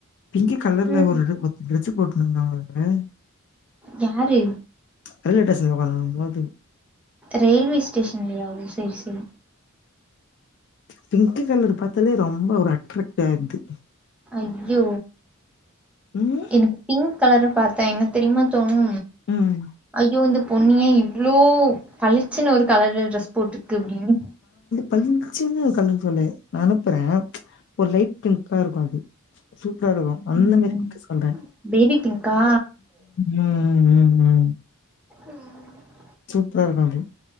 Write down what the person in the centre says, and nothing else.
ம்
யாரு
ரெயில்வே ஸ்டேஷன்லியா ஒ சேர் செரி
அயோ
எனக்கு பிங்க் கலர பார்த்தா என்ன தெரிய்மா தோணு
ஐயோ இந்து பொண்ணு ஏ இவ்ளோ பளிச்சினு ஒரு கலர்ல ட்ரெஸ் ஸ் போட்ருக்கு அப்டினு
ம்
பேபி பிங்க்கா
உஹம்